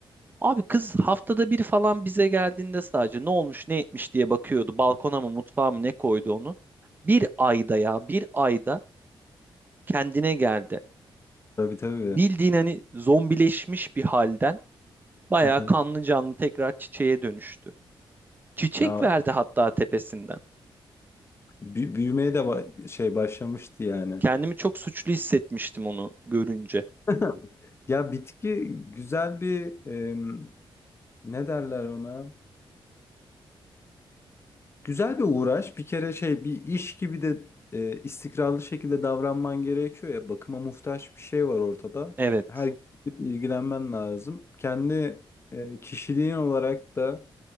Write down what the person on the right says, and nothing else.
Abi kız haftada bir falan bize geldiğinde sadece ne olmuş ne etmiş diye bakıyordu. Balkona mı mutfağa mı ne koydu onu. Bir ayda ya bir ayda kendine geldi.
Bildiğin hani zombileşmiş bir halden bayağı
kanlı canlı tekrar çiçeğe dönüştü. Çiçek
verdi hatta tepesinden.
Kendimi çok suçlu hissetmiştim onu görünce.
Evet.